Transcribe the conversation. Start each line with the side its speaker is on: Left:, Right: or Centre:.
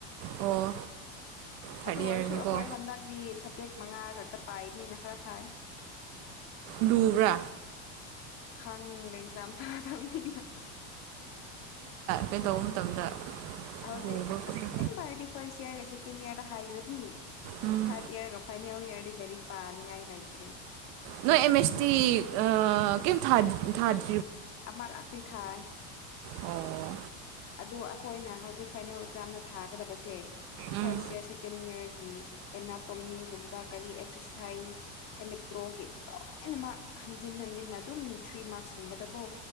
Right: ꯑꯣ ꯊꯥꯔꯠ
Left: ꯑꯗꯨ
Right: ꯏꯌꯥꯔꯒꯤꯀꯣ
Left: ꯑꯣꯏꯔꯁꯨ ꯑꯩꯈꯣꯏ ꯍꯟꯗꯛꯇꯤ ꯁꯞꯖꯦꯛ ꯃꯉꯥ ꯈꯛꯇ ꯄꯥꯏꯕꯅꯤꯅ ꯈꯔ ꯐꯥꯏ
Right: ꯗꯕ꯭ꯔ
Left: ꯈꯪꯗꯖꯝ ꯊꯥ ꯊꯕ ꯊꯅ
Right: ꯀꯩꯅ ꯇꯧꯕ ꯃꯇꯝꯗ
Left: ꯍꯧꯖꯤꯛ
Right: ꯎꯕ ꯈꯣꯠꯄ
Left: ꯑꯁꯦꯡꯕ ꯍꯥꯏꯔꯗꯤ ꯐꯥꯔꯁ ꯏꯌꯥꯔꯒ ꯁꯦꯀꯦꯟ ꯏꯌꯥꯔꯒ ꯍꯥꯏꯔꯗꯤ
Right: ꯎꯝ
Left: ꯊꯥꯔꯠ ꯏꯌꯥꯔꯒ ꯐꯥꯏꯅꯦꯜ ꯏꯔꯗꯤ ꯂꯥꯏꯔꯤꯛ ꯄꯥꯅꯤꯡꯉꯥꯏ ꯂꯩꯇ꯭ꯔꯦ
Right: ꯅꯣꯏ ꯑꯦꯃꯦꯁꯇꯤ ꯑ ꯀ ꯊꯥꯖ ꯊꯥꯖ
Left: ꯑꯃꯔꯅꯤ ꯊꯥꯏ
Right: ꯑꯣ
Left: ꯑꯗꯨ ꯑꯩꯈꯣꯏꯅ ꯍꯧꯖꯤꯛ ꯐꯥꯏꯅꯦꯜ ꯑꯦꯛꯖꯥꯝꯅ ꯊꯥꯒꯗꯕꯁꯦ
Right: ꯎꯝ
Left: ꯐꯥꯔꯁ ꯏꯔ ꯁꯦꯀꯦꯟ ꯏꯌꯥꯔꯒꯤ ꯑꯦꯅꯥꯇꯣꯃꯤꯒꯨꯝꯕ ꯀꯔꯤ ꯑꯦꯛꯁꯔꯁꯥꯏꯁ ꯑꯦꯂꯦꯛꯇ꯭ꯔꯣ ꯑꯣꯦ ꯂꯣꯏꯅ ꯃꯥ ꯍꯟꯖꯤꯟ ꯍꯟꯖꯤꯟ ꯑꯗꯨꯝ ꯊ꯭ꯔꯤ ꯃꯥꯔꯛꯁꯀꯨꯝꯕꯗꯀꯣ